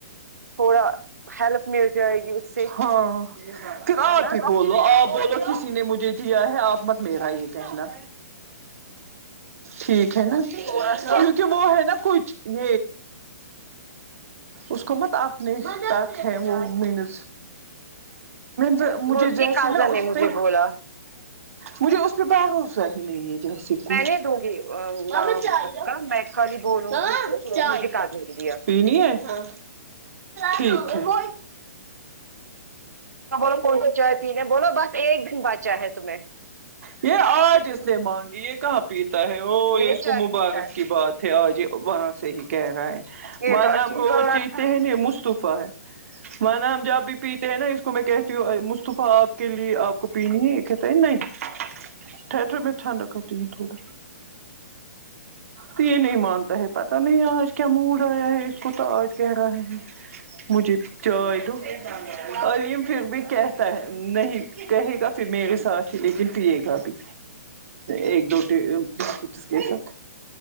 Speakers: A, on the right; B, on the right.
A: تھوڑا ہیلپ مل جائے گی اس سے
B: ہاں پھر
A: ہے
B: آپ
A: نا
B: ہی بولو آپ بولو کسی نے مجھے دیا ہے آپ مت میرا یہ کہنا ٹھیک ہے نا
A: تھوڑا سا
B: کم ہے نا کچھ <inaudible> اس کو مت اپنے تک ہے وہ م تو مجھے
A: وہ ان
B: جیسے
A: کی کازن
B: نا اس
A: نے مجھے
B: پہ
A: بولا
B: مجھے اس پہ بھروسہ ہی نہیں ہے جسے کچھ
A: میں نہیں دوں گی آ،
B: مام
A: نام
B: چائے
A: اس
B: دو
A: کا میں خالی بولوں
B: ہاں
A: گی کہ
B: چائے
A: مجھے کازن نے دیا
B: پی نہیں ہے ٹھیک
A: بولو کون سی چائے پینے بولو بس ایک دن بچا ہے تمہیں
B: یہ آج ات مانگ یہ کہاں پیتا ہے وہ
A: نہیں
B: یہ اس کو
A: چائے
B: مبارک
A: پیتا
B: کی بات تھے اورج وہاں سے ہی کہہ رہا ہے
A: یہ
B: وہ
A: تو
B: نام
A: اچھی
B: کو
A: بات
B: وہ چیتے
A: ہے
B: ہیں مصطفی ہے ونم جابی پی ہے نا اس کو میں کہتی ہوں مصطفی آپ کے لیے آپ کو پینی ہے یہ کہتا ہے نہیں تھو میں چھنڈا کنٹنیو تھوڑا تو یہ نہیں مانتا ہے پتا نہیں آج کیا موڈ آیا ہے پت آج کہہ رہا ہے مجھے چائے دو علیم پھر بھی کیسا ہے نہیں کہے گا پھر میرے ساتھ ہی لیکن پیے گا بھی ایک دوٹی بسکٹس کے سات